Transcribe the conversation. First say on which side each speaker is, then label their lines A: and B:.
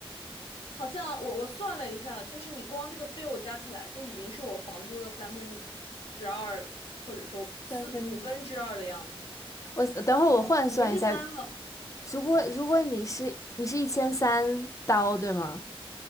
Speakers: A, on the left; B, on the left.
A: 好像我我算了一下，就是你光这个 bill 加起来就已经是我房租的三分之二，或者说四五分之二的样子了，
B: 三分，我等会儿我换算一下，
A: 五分之三了。
B: 如果如果你是你是一千三刀对吗？